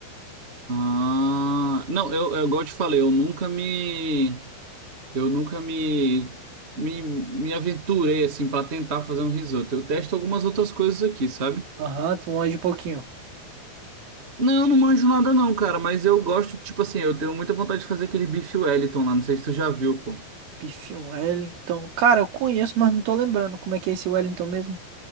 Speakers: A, on the right; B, on the right.
A: Ah, não, eu, eu igual eu te falei, eu nunca me eu nunca me me, me aventurei assim pra tentar fazer um risoto. Eu testo algumas outras coisas aqui, sabe?
B: Aham, tu manja um pouquinho.
A: Não, não manjo nada não, cara, mas eu gosto, tipo assim, eu tenho muita vontade de fazer aquele bife Wellington lá, não sei se tu já viu, pô.
B: Bife um Wellington. Cara, eu conheço, mas não tô lembrando como é que é esse Wellington mesmo.